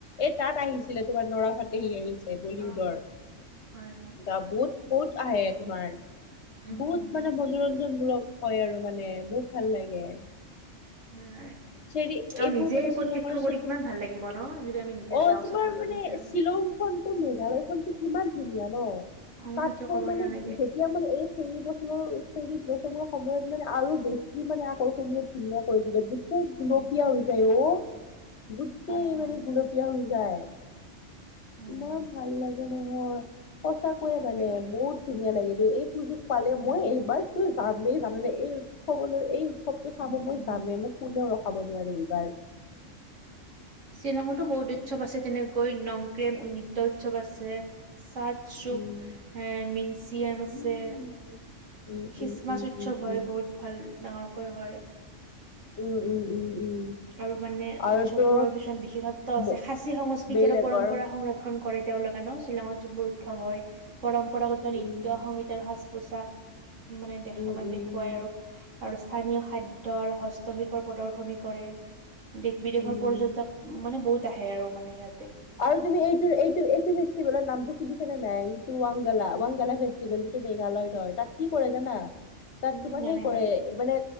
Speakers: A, on the left; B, on the right.
A: এই তাত আহিছিলে তোমাৰ নৰাফাটহি আহিছে বলিউডৰ
B: অ', হয়, হয়,
A: গ বহুত বহুত আহে তোমাৰ
B: উম,
A: বহুত
B: উম,
A: মানে মনোৰঞ্জন মূলক হয় আৰু মানে বহুত ভাল লাগে।
B: হয়,
A: চেৰি
B: আৰু
A: এইবোৰ
B: নিজেই
A: মানে শ্বিলঙৰ
B: প্ৰত্যক্ষ কৰি
A: চেৰি
B: কিমান ভাল লাগিব ন আমি নিজে
A: অ
B: যাওঁ
A: তোমাৰ
B: চাবলৈ
A: মানে
B: নিজে আৰু।
A: শ্বিলং খ তো মেঘালয় খতো কিমান ধুনীয়া ন
B: অ',
A: তাতকৈ
B: এইটো ক'বই
A: মানে
B: নালাগে
A: যেতিয়া মানে এই চৰি বছৰৰ প লচঙৰ সময়ত মানে আৰু বেছি মানে আকৰ্ষণীয় ধুনীয়া কৰি তো গোই গলপীয়া
B: উম,
A: হৈ যায় অ গোটেই
B: হয়, হয়,
A: মানে গুলপীয়া হৈ যায়।
B: উম,
A: ইমান ভাল লাগে নহয়। সঁচাকৈয়ে
B: ভাল
A: মানে
B: লাগে
A: বহুত ধুনীয়া লাগে দ এই সুযোগ পালে
B: উম,
A: মই এইবাৰতো যাম। মেই জানে নে এই উৎসৱলৈ এই উৎসৱতটো চাব
B: উম,
A: মই
B: উম।
A: জামে মোক কোনেও ৰ খাব নোৱাৰে এইবাৰ
B: শ্বিলঙতো বহুত উৎসৱ আছে যেনেকৈ নংক্ৰেম নৃত্য উৎসৱ আছে। চাদ চুক
A: উম,
B: এ মিনচিয়াম
A: উম,
B: আছে
A: উম,
B: খ্ৰীষ্টমাচ
A: উম, উম,
B: উৎসৱ
A: উম,
B: হয়
A: উম।
B: বহুত ভাল ডাঙৰকৈ হয়
A: উম উম উম
B: আৰু মানে
A: আৰুতো
B: উৎসৱবোৰৰ কিছুমান বিশেষত্ব আছে
A: ম-
B: সাঁচী সংস্কৃতি
A: বেলেগৰ
B: আৰু পৰম্পৰা সংৰক্ষণ কৰে তেওঁলোকে ন শ্বিলঙত যোনবোৰ উৎসৱ হয় পৰম্পৰাগত
A: উম,
B: নৃত্য সংগীত আৰু পোচাক মানে দেখা
A: উম,
B: মানে
A: উম,
B: দেখুৱাই
A: উম,
B: আৰু আৰু স্থানীয় খাদ্য আৰু হস্তশিল্প প্ৰদৰ্শনী কৰে দেশ বিদেশৰ
A: উম।
B: পৰ্যটক মানে বহুত আহে আৰু মানে ইয়াত
A: আৰু তুমি এইটো এইটো এইটো বেছি বলা নামটো শুনিছা নে নাই ৱাংগালা ৱাংগালা ফেষ্টিভেল যিটো মেঘালয়ত হয় তাত কি কৰে জানা তাত
B: কিন্তু
A: তোমাৰ
B: শুনা
A: সেই
B: নাই
A: কৰে
B: বাৰু
A: মানে